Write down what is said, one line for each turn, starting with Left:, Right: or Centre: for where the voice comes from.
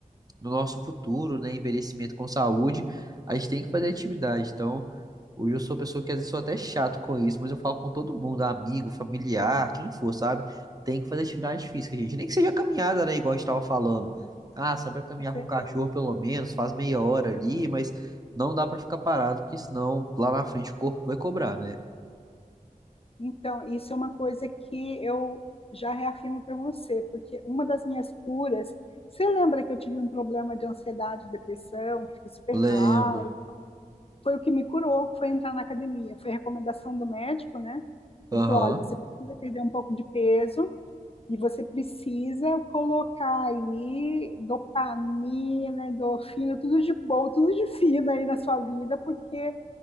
Right: no nosso futuro, né? Envelhecimento com saúde, a gente tem que fazer atividade. Então, hoje eu sou uma pessoa que às vezes sou até chato com isso, mas eu falo com todo mundo, amigo, familiar, quem for, sabe? Tem que fazer atividade física, gente. Nem que seja caminhada, né? Igual a gente tava falando. Ah, sabe pra caminhar
Left: com certeza.
Right: com o cachorro, pelo menos, faz meia hora ali, mas não dá pra ficar parado, porque senão lá na frente o corpo vai cobrar, né?
Left: Então, isso é uma coisa que eu já reafirmo para você, porque uma das minhas curas, você lembra que eu tive um problema de ansiedade, depressão, que fiquei super
Right: Lembro.
Left: mal? Foi o que me curou, foi entrar na academia, foi a recomendação do médico, né?
Right: Aham.
Left: Ele falou: olha, você precisa perder um pouco de peso, E você precisa colocar aí dopamina, endorfina, tudo de bom, tudo de fino aí na sua vida, porque